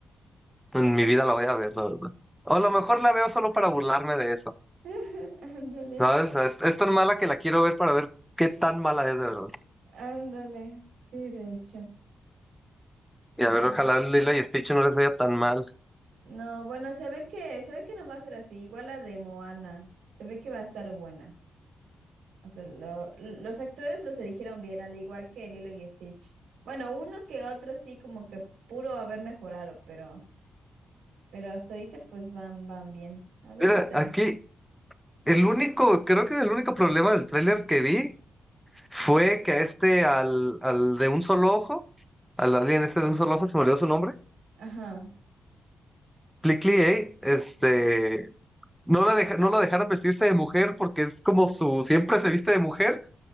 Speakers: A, in the centre; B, on the right.
A: En mi vida la voy a ver, la verdad. O a lo mejor la veo solo para burlarme de eso,
B: <laughs> Ándale,
A: ¿sabes? Es, es tan mala que la quiero ver para ver qué tan mala es de verdad.
B: ándale. Sí, de hecho.
A: Y
B: Pero...
A: a ver, ojalá Lilo y Stitch no les vaya tan mal.
B: No, bueno, se ve que, se ve que no va a ser así. Igual la de Moana. Se ve que va a estar buena. O sea, lo- los actores los eligieron bien, al igual que Lilo y Stitch. Bueno, uno que otro sí, como que puro haber mejorado, pero, pero hasta ahorita pues van, van bien. A ver
A: Mira,
B: qué tal.
A: aquí el único, creo que el único problema del tráiler que vi fue que a este, al, al de un solo ojo, al alien este de un solo ojo, se me olvidó su nombre,
B: Ajá.
A: Plickly, este, no la deja- no lo dejaron vestirse de mujer porque es como su, siempre se viste de mujer.